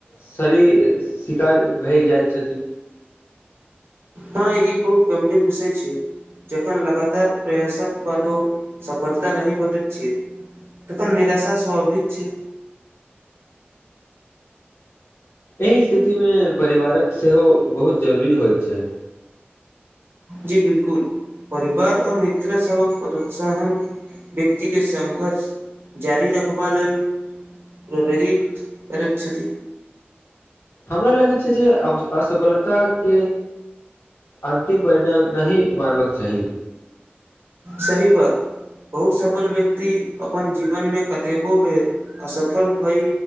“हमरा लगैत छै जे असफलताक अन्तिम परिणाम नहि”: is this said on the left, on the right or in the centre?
Left